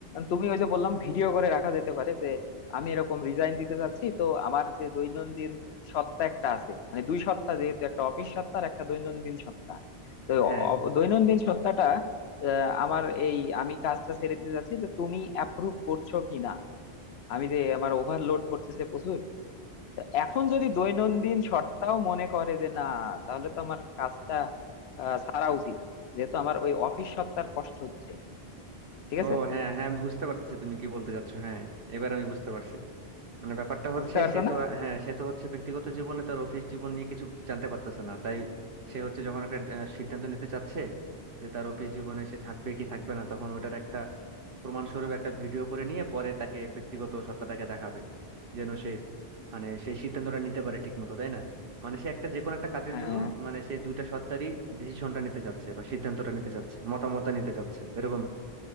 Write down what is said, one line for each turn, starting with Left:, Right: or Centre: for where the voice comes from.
Left: তুমি ওই যে বললাম ভিডিও করে রাখা যেতে পারে যে আমি এরকম রিজাইন দিতে চাচ্ছি তো আমার যে দৈনন্দিন সত্তা একটা আছে মানে দুই সত্তা যেহেতু একটা অফিস সত্তা আর একটা দৈনন্দিন সত্তা তো
Right: হ্যাঁ
Left: অ- দৈনন্দিন সত্তাটা আহ, আমার এই আমি কাজটা ছেড়ে দিতে চাচ্ছি যে তুমি অ্যাপ্রুভ করছো কিনা আমি যে আমার ওভারলোড করতেছে প্রচুর তো এখন যদি দৈনন্দিন শর্তাও মনে করে যে না তাহলে তো আমার কাজটা আহ, ছাড়া উচিত যেহেতু আমার ওই অফিস সত্তার কষ্ট হচ্ছে ঠিক
Right: ও
Left: আছে
Right: হ্যাঁ হ্যাঁ আমি বুঝতে পারতেছি তুমি কি বলতে চাচ্ছো হ্যাঁ এবার আমি বুঝতে পারছি মানে ব্যাপারটা
Left: বুঝতে
Right: হচ্ছে
Left: পারছো
Right: সে তো
Left: না
Right: আর- হ্যাঁ সে তো হচ্ছে ব্যক্তিগত জীবনে তার অফিস জীবন নিয়ে কিছু জানতে পারতেছে না তাই সে হচ্ছে যখন একটা আহ, সিদ্ধান্ত নিতে চাচ্ছে যে তার অফিস জীবনে সে থাকবে কি থাকবে না তখন ওটার একটা প্রমাণস্বরূপ একটা ভিডিও করে নিয়ে পরে তাকে ব্যক্তিগত সত্তাটাকে দেখাবে যেন সে মানে সেই সিদ্ধান্তটা নিতে পারে ঠিক মতো তাই না মানে সে একটা যে কোনো একটা কাজের
Left: হ্যাঁ
Right: জন্য মানে সে দুইটা সত্তারই ডিসিশনটা নিতে চাচ্ছে বা সিদ্ধান্তটা নিতে চাচ্ছে মতামতটা নিতে চাচ্ছে এরকম